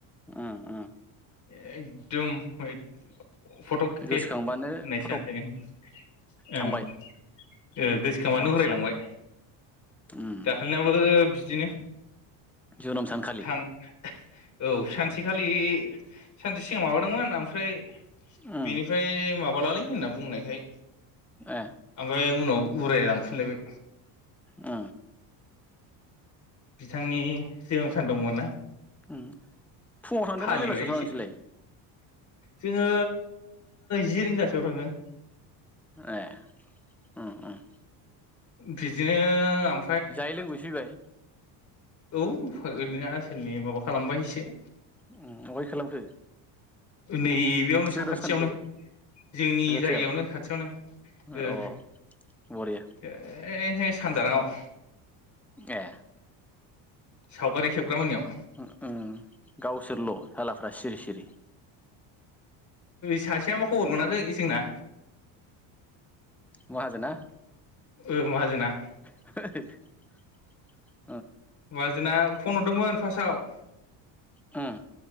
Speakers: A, in the centre; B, on the left.
A: ओ ओ
B: एकदम हैद <inaudible> फटखे
A: गोसोखांबानो
B: होननायसो
A: फटक
B: जानोसैनों ओं
A: थांबाय
B: ओ गोसोखांबानो
A: आदसा
B: उरायलांबाय।
A: उम
B: दाखालैनाबो बि दिनो
A: जोनोम सानखालि
B: थां औ सानसेखालि सानसे सिगां माबादोंमोन ओमफ्राय
A: उम
B: बेनिफ्राय माब बलालै होनना बुंनायखाय
A: ए
B: आबायाव उनाव उराय लांफिनलायबाय।
A: ओ।
B: बिथांनि जोनोम सान दंमोन ना
A: उम फुङाव थांदोंना
B: फालिबाय
A: बेलासियाव
B: एसे
A: थांदों नोंसोरलाय?
B: जोङो जि रिंगासोयाव थांदों।
A: ए उम उम।
B: बिदिनो आम
A: जायै लोंबोयै फैबाय।
B: औ ओरैनो आसोलनि माबा खालामबाय एसे।
A: उम अहाय खालामखो?
B: नैबेयावनो
A: जोनोम
B: साखाथियावनो
A: सानखौ
B: जोंनि
A: रुवाथियाव
B: जायगायावनो खाथियावनो
A: अ
B: ओ।
A: बरिया
B: ओयहाय सानजाराङाव।
A: ए।
B: सावगारि खेबग्रामोननियाव।
A: हुम उम गावसोरल' सालाफ्रा सिरि सिरि।
B: सासेयाबा खबर मोनाखै जोंना।
A: माहाजोना?
B: ओ माहाजोना।
A: <inaudible>
B: माहाजोना फन हरदोंमोन फार्स्टआव। <inaudible>
A: उम।